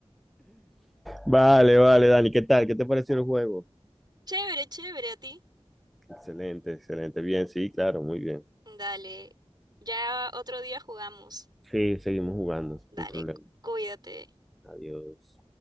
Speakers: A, in the centre; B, on the right.
A: Vale, vale, Dani, ¿qué tal? ¿Qué te pareció el juego?
B: Chévere, chévere, a ti.
A: Excelente, excelente. Bien, sí, claro, muy bien.
B: Dale, ya otro día jugamos.
A: Sí, seguimos jugando,
B: Dale,
A: sin problema.
B: cu- cuídate.
A: Adiós.